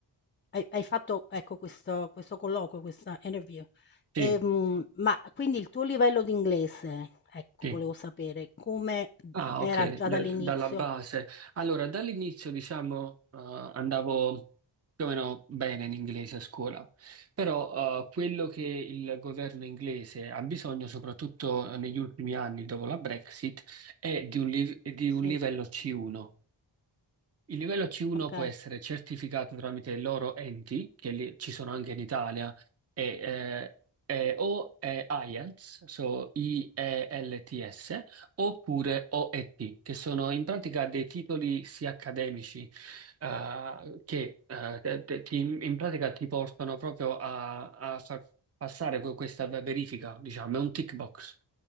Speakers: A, on the left; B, on the right.
A: hai hai fatto ecco questo questo colloquio, questa interview,
B: Sì,
A: ehm, ma quindi il tuo livello di inglese, ecco
B: sì.
A: volevo sapere come
B: Ah,
A: era
B: ok,
A: già
B: da-
A: dall'inizio?
B: dalla base. Allora, dall'inizio, diciamo, eh, andavo più o meno bene in inglese a scuola, però eh, quello che il governo inglese ha bisogno, soprattutto negli ultimi anni dopo la Brexit, è di un, liv- di
A: Sì,
B: un livello C1. Il livello C1
A: okay.
B: può essere certificato tramite i loro enti, che li- ci sono anche in Italia, e, eh, eh, o eh, IELTS, so I-E-L-T-S, oppure OET, che sono in pratica dei titoli sia accademici eh, che eh, te- te- ti- in pratica ti portano proprio a, a far passare que- questa verifica, diciamo, è un tick box.